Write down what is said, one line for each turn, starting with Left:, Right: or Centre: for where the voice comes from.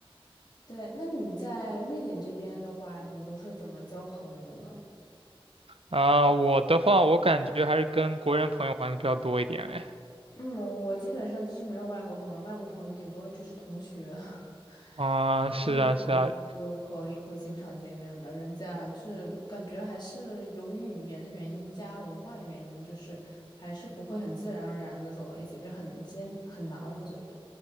Left: 对，那你在瑞典这边的话，你都是怎么交朋友的呢？
Right: 啊、我的话，我感觉还是跟国人朋友玩的比较多一点，哎，
Left: 嗯，我基本上就是没有外国朋友，外国朋友顶多就是同学，<laughs>
Right: 啊、是啊，
Left: 所以没有几个可以会经常见面的。
Right: 是啊，
Left: 人家就是感觉还是由于语言的原因加文化的原因，就是还是不会很自然而然的走到一起，就很艰很难，我觉得。